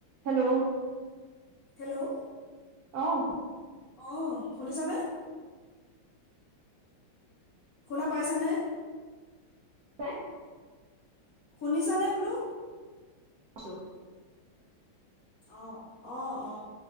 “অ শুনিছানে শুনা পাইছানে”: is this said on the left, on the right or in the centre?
Left